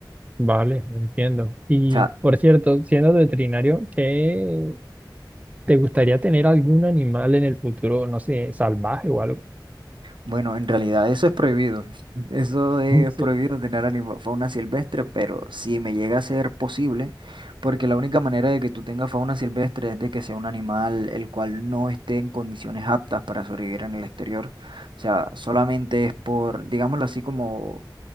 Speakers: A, on the right; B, on the right.
A: vale, entiendo. Y
B: o sea
A: por cierto, siendo veterinario, ¿qué te gustaría tener algún animal en el futuro, no sé, salvaje o algo?
B: Bueno, en realidad eso es prohibido. <laughs> Eso es
A: <laughs> Sí.
B: prohibido tener anima- fauna silvestre, pero si me llega a ser posible, porque la única manera de que tú tengas fauna silvestre es de que sea un animal el cual no esté en condiciones aptas para sobrevivir en el exterior. O sea, solamente es por, digámoslo así, como,